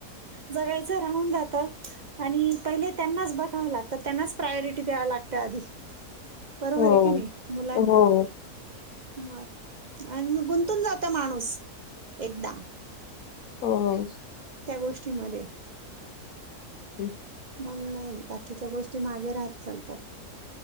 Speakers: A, on the right; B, on the left.
A: जगायचं राहून जात आणि पहिले त्यांनाच बघावं लागत त्यांनाच प्रायोरिटी द्यायला लागते. लागतं आधी बरोबर
B: हो
A: आहे का नाही मुलांना
B: हो
A: मग आणि गुंतून जात माणूस एकदा
B: हो.
A: त्या गोष्टीमध्ये
B: हम्.
A: मग नाही बाकीच्या गोष्टी मागे राहत चालतात.